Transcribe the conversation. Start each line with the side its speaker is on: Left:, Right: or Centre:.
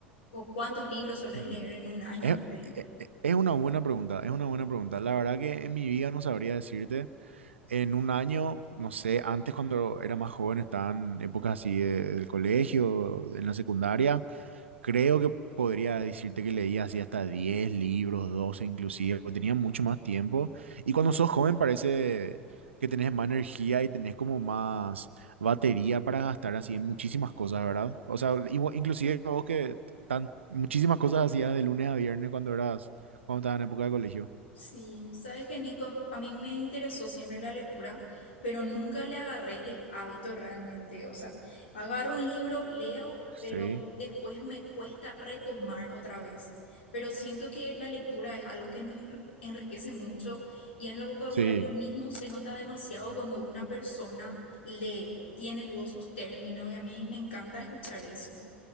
Left: o cuántos libros solés
Right: Hmm.
Left: leer en un año
Right: Es,
Left: por ahí?
Right: es es una buena pregunta, es una buena pregunta. La verdad que en mi vida no sabría decirte. En un año, no sé, antes cuando era más joven, estaban épocas así de- del colegio, en la secundaria, creo que podría decirte que leía así hasta 10 libros, 12 inclusive, porque tenía mucho más tiempo. Y cuando sos joven parece que tenés más energía y tenés como más batería para gastar así en muchísimas cosas, ¿verdad? O sea, igu- inclusive vos que tan, muchísimas cosas hacías de lunes a viernes cuando eras, cuando estabas en época de colegio.
Left: Sí, sabes que Nico, a mí me interesó siempre la lectura, pero nunca le agarré el hábito realmente. O sea, agarro un libro, leo, pero
Right: Sí,
Left: después me cuesta retomar otra vez. Pero siento que la lectura es algo que nos enri- enriquece mucho y en el vocabulario
Right: sí.
Left: mismo se nota demasiado cuando una persona lee, tiene luego sus términos y a mí me encanta escuchar eso.